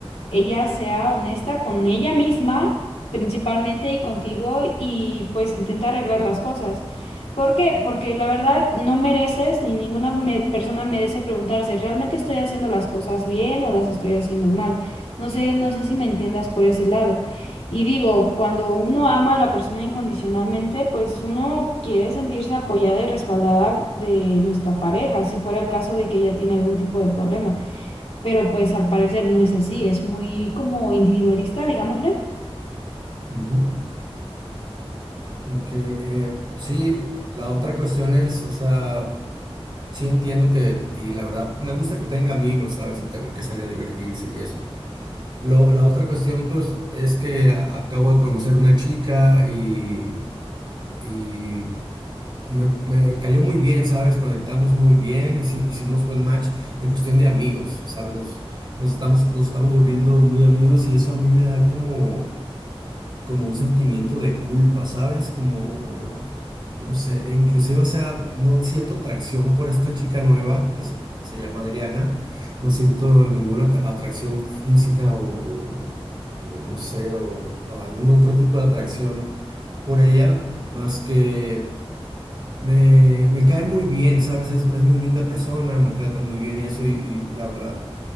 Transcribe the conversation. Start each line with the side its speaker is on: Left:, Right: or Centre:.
Left: ella sea honesta con ella misma principalmente y contigo y pues intenta arreglar las cosas. ¿Por qué? Porque la verdad no mereces ni ninguna me- persona merece preguntarse, ¿realmente estoy haciendo las cosas bien o las estoy haciendo mal? No sé, no sé si me entiendas por ese lado. Y digo, cuando uno ama a la persona incondicionalmente, pues uno quiere sentirse apoyada y respaldada de nuestra pareja, si fuera el caso de que ella tiene algún tipo de problema. Pero pues al parecer no es así, es muy como individualista, digámosle.
Right: Ujú, Ok, eh, sí, la otra cuestión es, o sea, sí entiendo que, y la verdad, me gusta que tenga amigos, ¿sabes? Y también que salga a divertirse y eso. Lo, la otra cuestión, pues, es que a- acabo de conocer una chica y, y Me, me cayó muy bien, ¿sabes? Conectamos muy bien, hici- hicimos buen match en cuestión de amigos, ¿sabes? Nos, nos estamos, nos estamos volviendo muy amigos y eso a mí me da como, como un sentimiento de culpa, ¿sabes? Como, no sé, e inclusive, o sea, no siento atracción por esta chica nueva que se, se llama Adriana, no siento ninguna atra- atracción física o, o no sé, o o algún otro tipo de atracción por ella, más que me, me cae muy bien, ¿sabes? Es, es muy linda persona, me trata muy bien y eso, y, y- y la verdad,